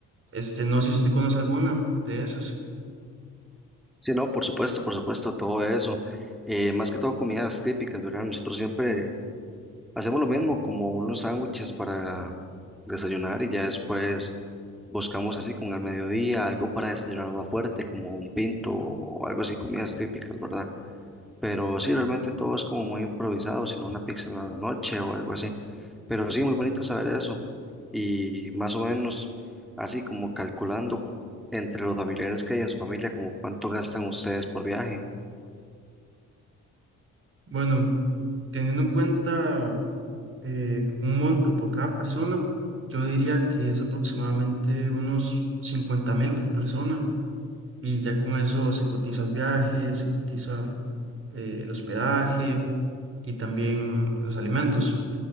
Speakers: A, on the right; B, in the centre.
A: Este, no sé si usted conoce alguna de esas.
B: Sí, no, por supuesto, por supuesto, todo eso. Eh, más que todo comidas típicas, ¿verdad? Nosotros siempre Hacemos lo mismo, como unos sándwiches para desayunar y ya después buscamos así como al mediodía algo para desayunar más fuerte, como un pinto o algo así, comidas típicas, ¿verdad? Pero sí, realmente todo es como muy improvisado, sino una pizza en la noche o algo así. Pero sí, muy bonito saber eso. Y más o menos así como calculando entre los familiares que hay en su familia, como cuánto gastan ustedes por viaje.
A: Bueno, teniendo en cuenta eh, un monto por cada persona, yo diría que es aproximadamente unos cincuenta mil por persona. Y ya con eso se cotiza el viaje, se cotiza eh, el hospedaje y también los alimentos.